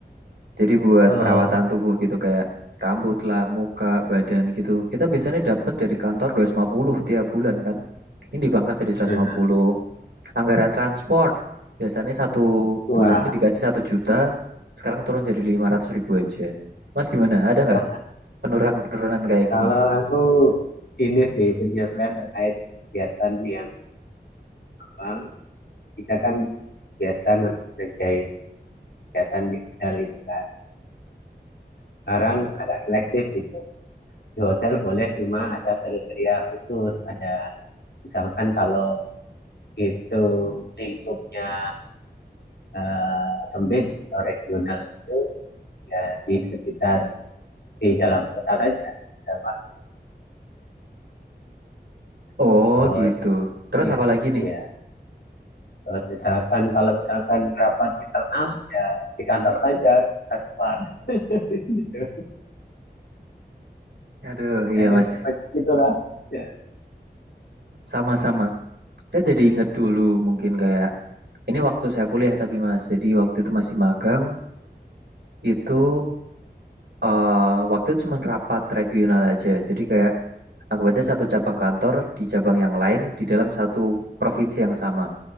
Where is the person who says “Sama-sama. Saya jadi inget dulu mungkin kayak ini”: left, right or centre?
Right